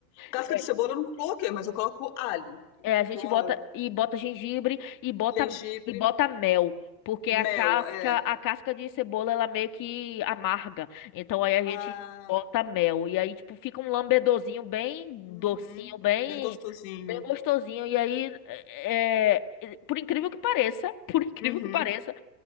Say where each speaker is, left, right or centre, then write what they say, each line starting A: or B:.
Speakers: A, on the left; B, on the left.
A: Casca
B: é,
A: de cebola eu não coloquei, mas eu coloco alho. Eu
B: é, a gente
A: Dou uma-
B: bota e bota gengibre e bota
A: gengibre,
B: e bota mel, porque
A: mel,
B: a casca,
A: é.
B: a casca de cebola ela meio que amarga. Então aí a
A: Ah,
B: gente bota mel e aí tipo fica um lambedorzinho bem
A: uhum.
B: docinho, bem
A: Bem gostosinho.
B: bem gostosinho. E aí é, é, por incrível que pareça, <laughs> por incrível
A: Uhum.
B: que pareça,